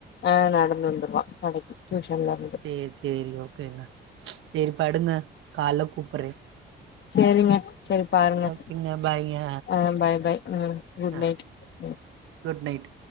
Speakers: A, on the left; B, on the right.
A: ஆஹ் நடந்து வந்துருவான் கடைக்கு டியூஷன்ல இருந்
B: சேர் சேரி ஓகேங்க சரி படுங்க கால்ல கூப்பிட்றே
A: சரிங்க சரி பாருங்க
B: ஓகேங்க பாய்ங்க
A: ஆ பை பை ம் குட்
B: ஆ
A: நைட் ம்
B: குட் நைட்